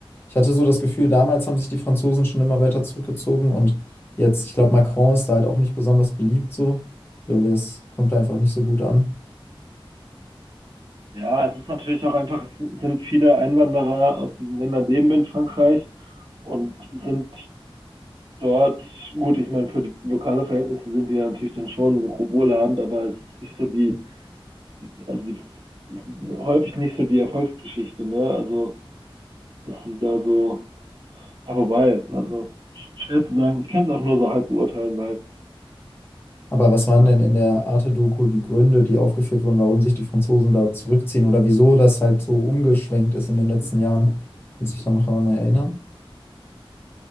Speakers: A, on the left (about 25°); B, on the right (about 55°).
A: ich hatte so das Gefühl, damals haben sich die Franzosen schon immer weiter zurückgezogen und jetzt, ich glaube, Macron ist da halt auch nicht besonders beliebt so. Ich glaube, das kommt da einfach nicht so gut an.
B: Ja, es ist natürlich auch einfach, es sind viele Einwanderer aus diesen Ländern leben in Frankreich und sind dort, gut, ich meine, für die lokale Verhältnisse sind die natürlich dann schon wohlhabend, aber es ist nicht so die, also die, häufig nicht so die Erfolgsgeschichte, ne? Also, dass sie da so, ja, wobei, also schwer zu sagen, ich kann es auch nur so halb beurteilen, weil,
A: Aber was waren
B: ja,
A: denn in der Arte-Doku die Gründe, die aufgeführt wurden, warum sich die Franzosen da zurückziehen oder wieso das halt so umgeschwenkt ist in den letzten Jahren? Kannst du dich da noch daran erinnern?